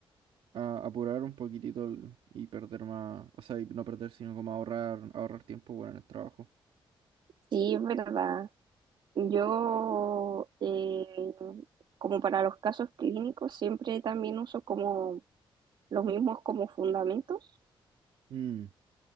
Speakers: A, on the right; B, on the right.
A: a- apurar un poquitito el- y perder más, o sea, y no perder, sino como ahorrar, ahorrar tiempo, bueno, en el trabajo.
B: sí, es verdad. Yo, eh, como para los casos clínicos, siempre también uso como los mismos como fundamentos,
A: Mm,